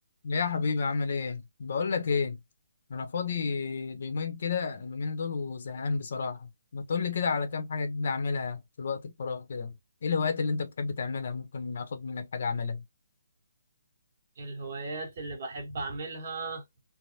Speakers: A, on the left; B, on the right.
A: يا حبيبي عامل ايه بقول لك ايه انا فاضي اليومين كده اليومين دول وزهقان بصراحه ما تقول لي كده على كام حاجه جديده اعملها في الوقت الفراغ كده ايه الهوايات اللي انت بتحب تعملها ممكن اخد منك حاجه اعملها
B: الهوايات اللي بحب أعملها